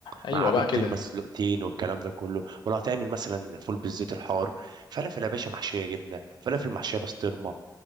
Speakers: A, on the left (about 80°); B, on the right (about 65°).
A: ايوه
B: معاه
A: بقى
B: بيضتين
A: كده
B: مسلوقتين والكلام ده كله ولو هتعمل مثلا فول بالزيت الحار فلافل يا باشا محشيه جبنه فلافل محشيه بسطرمه